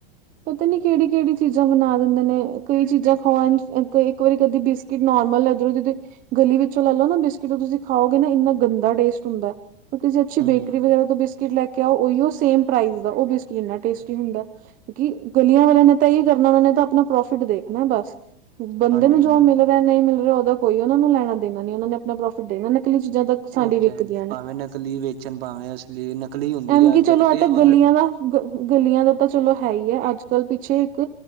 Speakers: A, on the right (about 25°); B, on the right (about 65°).
A: ਪਤਾ ਨੀ ਕਿਹੜੀ-ਕਿਹੜੀ ਚੀਜ਼ਾਂ ਬਣਾ ਦਿੰਦੇ ਨੇ, ਕਈ ਚੀਜ਼ਾਂ ਖਾਣ ਅ ਤੇ ਇੱਕ ਵਾਰੀ ਕਦੀ ਬਿਸ ਬਿਸਕਿਟ ਨੋਰਮਲ ਏਧਰੋਂ ਕਿਤੇ ਗਲੀ ਵਿੱਚੋਂ ਲੈ ਲੋ ਨਾ ਬਿਸਕਿਟ ਤੁਸੀਂ ਖਾਓਗੇ ਨਾ ਐਨਾ ਗੰਦਾ ਟੇਸਟ ਹੁੰਦਾ। ਕਿਸੇ ਅੱਛੀ
B: ਹਮ
A: ਬੇਕਰੀ ਵਗੈਰਾ ਤੋਂ ਬਿਸ ਬਿਸਕਿਟ ਲੈ ਕੇ ਆਓ ਉਹੀਓ ਸੇਮ ਪ੍ਰਾਈਜ਼ ਦਾ ਉਹ ਬਿਸਕਿਟ ਐਨਾ ਟੇਸਟੀ ਹੁੰਦਾ। ਕਿਉਂਕਿ ਗਲੀਆਂ ਵਾਲਿਆਂ ਨੇ ਤਾਂ ਇਹੀ ਕਰਨਾ ਉਹਨਾਂ ਨੇ ਤਾਂ ਆਪਣਾ ਪ੍ਰੋਫਿਟ ਦੇਖਣਾ ਬਸ। ਬੰਦੇ
B: ਹਾਂਜੀ
A: ਨੂੰ
B: ਹਾਂਜੀ
A: ਜੋ ਮਿਲ ਲੈ ਨ‌ਈ ਮਿਲ ਰਿਹਾ ਉਹਦਾ ਕੋਈ ਉਹਨਾਂ ਨੂੰ ਲੈਣਾ ਦੇਣਾ ਨੀ ਉਹਨਾਂ ਨੇ ਆ ਆਪਣਾ ਪ੍ਰੋਫਿਟ ਦੇ ਨਾ ਨਕਲੀ ਚੀਜ਼ਾਂ ਤਾ
B: ਉਹ
A: ਸਾਡੀ ਵਿਕਦੀਆਂ
B: ਤੇ ਹੈ
A: ਨੇ।
B: ਭਾਵੇਂ ਨਕਲੀ ਵੇਚਣ ਭਾਵੇਂ ਅਸਲੀ ਨਕਲੀ ਹੁੰਦੀ
A: ਐਮੇ
B: ਜ਼ਿਆਦਾਤਰ
A: ਕਿ ਚਲੋ
B: ਤੇ
A: <unintelligible>
B: ਉਹ
A: ਗਲੀਆਂ ਦਾ ਗ ਗਲੀਆਂ ਦਾ ਤਾਂ ਚਲੋ ਹੈ ਹੀ ਐ ਅੱਜ ਪਿਛੇ ਇੱਕ